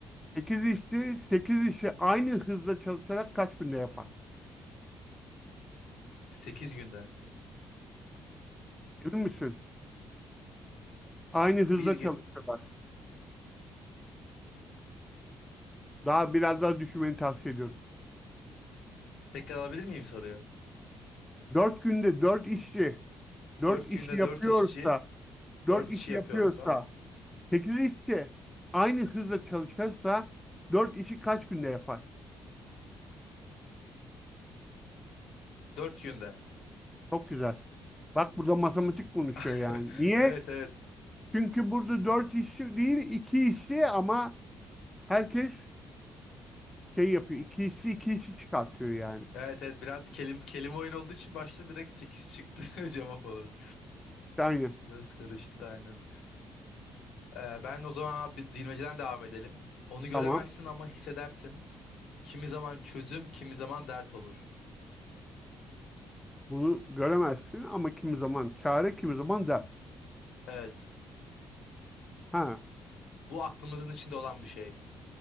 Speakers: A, in the centre; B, on the left.
A: Sekiz işçi, sekiz işi aynı hızda çalışarak kaç günde yapar?
B: 8 günde.
A: Emin misin? Aynı hızda
B: Bir gün.
A: çalışıyorlar. Daha biraz daha düşünmeni tavsiye ediyorum.
B: Tekrar alabilir miyim soruyu?
A: Dört günde dört işçi Dört
B: 4
A: işi
B: günde
A: yapıyorsa,
B: 4 işçi
A: dört
B: 4
A: işi
B: işi yapıyorsa
A: yapıyorsa, sekiz işi aynı hızla çalışırsa dört işi kaç günde yapar?
B: 4 günde.
A: Çok güzel. Bak burada matematik konuşuyor
B: <laughs>
A: yani. Niye?
B: Evet evet.
A: Çünkü burada dört işi değil iki işi ama herkes şey yapıyor. İki işi iki işi çıkartıyor yani.
B: Evet evet biraz kelim, kelime oyun olduğu için başta direkt 8 çıktı <laughs> cevap olarak.
A: İşte aynı.
B: Biraz karıştı aynen. Ee, ben o zaman abi bilmeceden devam edelim. Onu göremezsin
A: Tamam.
B: ama hissedersin. Kimi zaman çözüm, kimi zaman dert olur.
A: Bunu göremezsin ama kimi zaman çare, kimi zaman dert.
B: Evet.
A: Ha.
B: Bu aklımızın içinde olan bir şey.